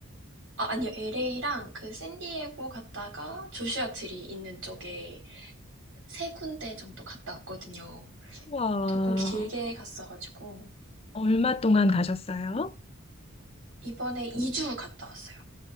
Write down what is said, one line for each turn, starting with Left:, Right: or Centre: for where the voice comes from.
Right: 아, 아니요. LA랑 그 샌디에고 갔다가 조슈아 트리 있는 쪽에 세 군데 정도 갔다 왔거든요.
Left: 와,
Right: 조금 길게 갔어가지고
Left: 얼마 동안 가셨어요?
Right: 이번에 이주 갔다 왔어요.